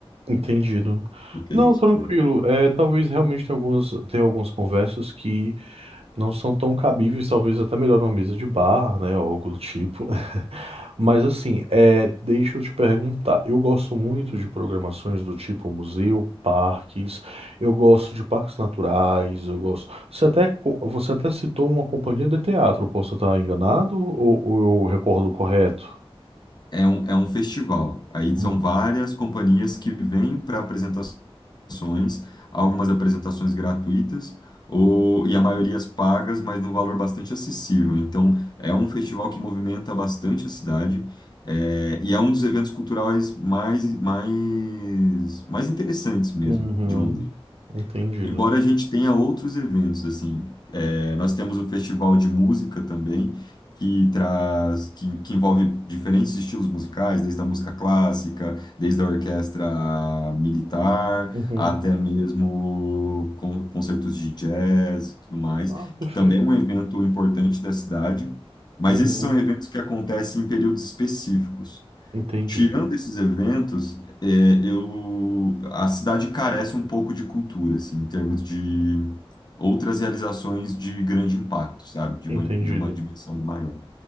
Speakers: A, on the right; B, on the left.
A: Entendido.
B: <laughs> no que
A: Não,
B: a gente
A: tranquilo.
B: quer.
A: É, talvez realmente tenha algumas, tenha algumas conversas que não são tão cabíveis, talvez até melhor numa mesa de bar, né, ou algo do tipo. <laughs> Mas assim, é, deixa eu te perguntar. Eu gosto muito de programações do tipo museu, parques. Eu gosto de parques naturais. Eu gosto. Você até, co- você até citou uma companhia de teatro. Posso estar enganado ou, ou eu recordo correto?
B: É um, é um festival, aí
A: Hum.
B: são várias companhias que vêm para apresentações ações, algumas apresentações gratuitas ou e a maioria as pagas, mas num valor bastante acessível. Então, é um festival que movimenta bastante a cidade. é, e é um dos eventos culturais mais, mais, mais interessantes mesmo
A: Uhum.
B: de Londrina.
A: Entendido.
B: Embora a gente tenha outros eventos, assim, é, nós temos o festival de música também, que traz, que, que envolve diferentes estilos musicais, desde a música clássica, desde a orquestra militar,
A: Uhum.
B: até mesmo con- concertos de jazz, e tudo mais,
A: Ah, perfeito.
B: que também é um evento importante da cidade, mas
A: Uhum.
B: esses são eventos que acontecem em períodos específicos.
A: Entendido.
B: Tirando esses eventos, é, eu, a cidade carece um pouco de cultura, assim, em termos de outras realizações de grande impacto, sabe? De
A: Entendido.
B: uma, de uma dimensão maior.